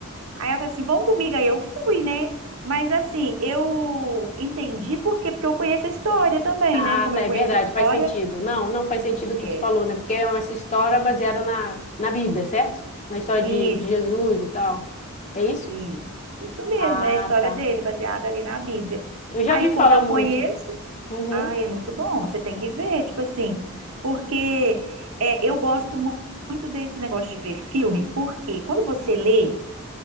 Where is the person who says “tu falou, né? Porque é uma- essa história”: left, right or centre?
Left